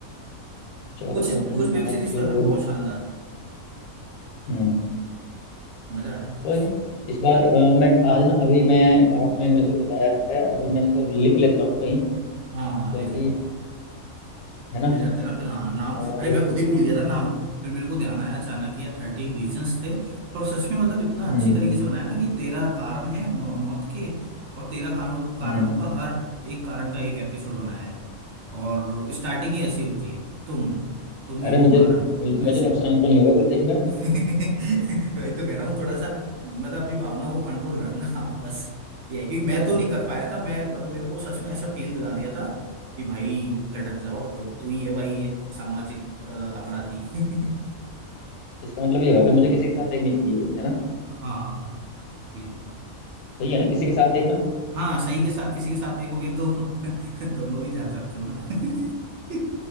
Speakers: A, on the left; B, on the right.
A: चलो
B: कुछ
A: कोई नहीं
B: कुछ वेब
A: आज
B: सीरीज तो है ना बहुत शानदार है
A: हम्म
B: मजा आ जाता
A: कोई
B: है
A: नहीं इस बार अ, मैं आज ना अभी मैं आपने मुझे बताया है अभी मैं इसको लिख लेता हूँ कहीं
B: हाँ
A: क्योंकि
B: हाँ लिख लो आप
A: है
B: भूल
A: ना
B: जाते हैं ना फिर हाँ नाम
A: और
B: अरे मैं खुद ही भूल गया था नाम फिर मेरे को ध्यान आया अचानक कि यार थर्टीन रीजंस थे और सच में मतलब इतना
A: हम्म
B: अच्छी तरीके से बनाया ना कि तेरह कारण है मौत के और तेरह कारणों कारणों
A: हम्म
B: का हर एक कारण का एक एपिसोड बनाया है और स्टार्टिंग ही ऐसी होती है तुम तुम ही
A: अरे
B: वो
A: मुझे
B: कारण हो
A: मुझे
B: ऐसे
A: नुकसान तो नहीं होगा कुछ देखने में
B: <laughs> तो वही तो कह रहा हूँ थोड़ा सा मतलब अपनी भावनाओं को कंट्रोल रखना <laughs> आप बस ये है कि मैं
A: अच्छा
B: तो नहीं कर पाया था मैं मतलब मेरे को सच में ऐसा फील दिला दिया था कि भाई लटक जाओ तो तू ही है भाई ये सामाजिक अ, अपराधी <laughs>
A: इसका मतलब ये हुआ कि मुझे किसी के साथ देखनी चाहिए ये है ना
B: हाँ बिल्कुल
A: सही है ना किसी के साथ देखना
B: हाँ सही के साथ किसी के साथ देखोगे तो <laughs> दोनों भी जा सकते हो ना <laughs>